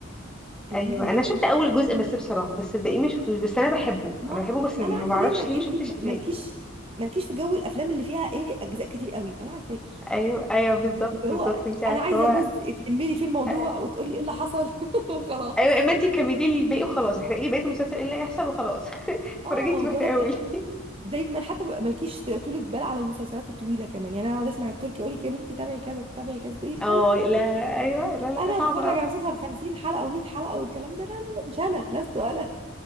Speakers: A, on the right; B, in the centre.
A: الانجليش
B: ايوه انا
A: بتاعهم
B: شفت اول جزء بس بصراحه بس الباقي ما شفتوش بس انا بحبه
A: ما
B: انا بحبه بس ما
A: انا عارفه
B: بعرفش
A: دايما انت
B: ليه ما شفتش الباقي
A: مالكيش مالكيش في جو الافلام اللي فيها ايه اجزاء كتير قوي انا عارفاكي
B: ايوه ايوه بالظبط
A: اللي
B: بالظبط
A: هو
B: انت عارفه
A: انا عايزه
B: هو
A: جزء تلمني في الموضوع
B: آه،
A: وتقولي ايه اللي حصل <laughs> وخلاص
B: ايوه اما انت كملي لي الباقي وخلاص احرقي لي بقيه المسلسل ايه اللي هيحصل وخلاص <laughs> اتفرجي
A: اه
B: انت واحرقي
A: ولا بت...
B: لي
A: دايما حتى ما- مالكيش طولة بال على المسلسلات الطويله كمان يعني انا اقعد اسمع التركي يقول لك يا بنتي تابعي كذا تابعي كذا تقولي لا
B: اه
A: لا لا لا
B: لا ايوه لا لا
A: انا
B: صعب
A: اتفرج
B: قوي
A: على مسلسل 50 حلقه و100 حلقه والكلام ده لا لا لا مش انا لست انا